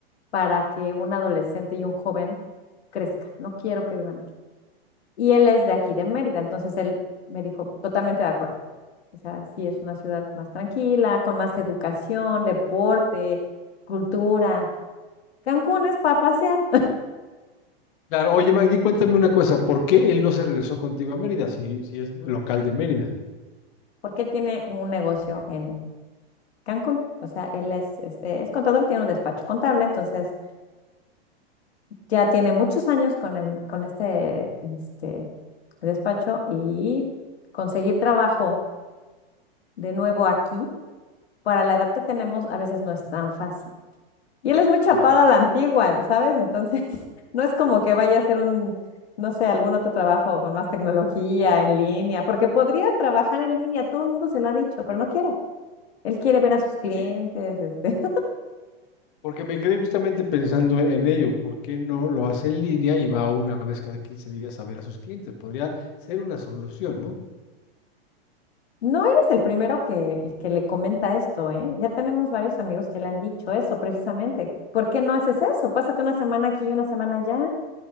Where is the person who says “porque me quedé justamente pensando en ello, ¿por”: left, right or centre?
Left